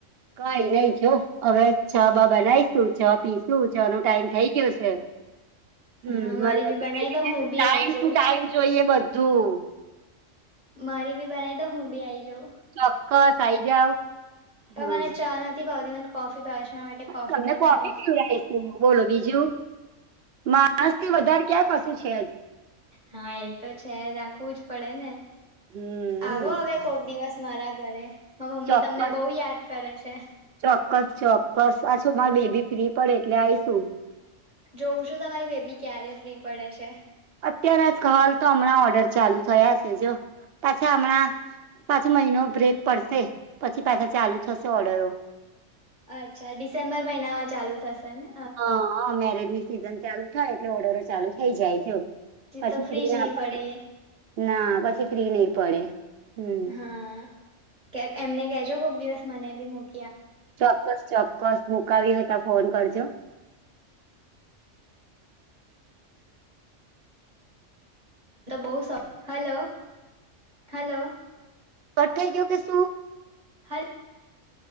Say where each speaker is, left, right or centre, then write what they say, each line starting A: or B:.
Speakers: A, on the right (about 55°); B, on the right (about 35°).
A: કઈ નઈ જો અવે ચા બા બનાઈશું ચા પીશું ચાનો ટાઈમ થઈ ગયો છે. હમ્મ
B: હા મારી
A: માર મોટી
B: બી બનાવી
A: બેબીને
B: દો હું
A: તો
B: બી
A: ટાઈમ
B: આઈ જાઉં
A: ટુ ટાઈમ જોઈએ બધું
B: મારી બી બનાઈ દો હું બી આઈ જવું
A: ચોક્કસ આઈ જાવ હમ
B: પણ મને ચા નથી ભાવતી મને કોફી ભાવે મારા માટે
A: તમને
B: બનાવો
A: કોફી પીવડાઈશું બોલો બીજું માણસથી વધાર ક્યાં કશું છે.
B: હા એ તો છે રાખવું જ પડેને
A: હમ
B: આવો અવે કોક દિવસ મારા ઘરે મારા મમ્મી
A: ચોક્કસ
B: તમને બહુ યાદ કરે છે.
A: ચોક્કસ ચોક્કસ આ શું માર બે બી ફ્રી પડે એટલે આઈશું
B: જોઉં છું તમારી બેબી ક્યારે ફ્રી પડે છે.
A: અત્યાર જ હાલ તો હમણાં ઓર્ડર ચાલુ થયા છે જો પાછા હમણાં પાછી મહિનો બ્રેક પડશે પછી પાસા ચાલુ થશે ઓર્ડરો
B: અચ્છા ડિસેમ્બર મહિના માં ચાલુ થશે ને
A: હા મેરેજની સિઝન ચાલુ થાય એટલે ઓર્ડરો ચાલુ થઇ જાય પછી
B: તો
A: ફ્રી
B: જ
A: ના
B: નહી
A: પે
B: પડે.
A: ના પછી ફ્રી નહી પડે હમ
B: હા એમને કેજો કોક દિવસ મને બી મક
A: ચોક્કસ ચોક્કસ મુકાવી હતા ફોન કરજો
B: તો બો સ હલો હલો
A: કટ થઈ ગયો કે શું
B: હલ